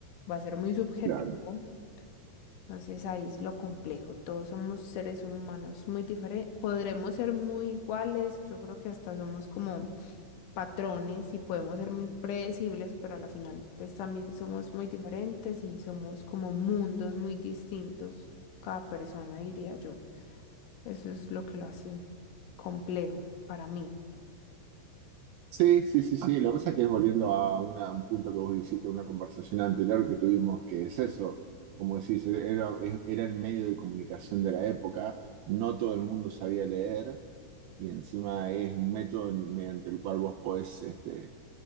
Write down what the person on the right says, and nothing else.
Claro.
Sí, sí, sí, sí. Lo que pasa es que volviendo a una- un punto que vos hiciste en una conversación anterior que tuvimos, que es eso. Como decís, era, es- era el medio de comunicación de la época, no todo el mundo sabía leer, y encima es un método en- mediante el cual vos podés este,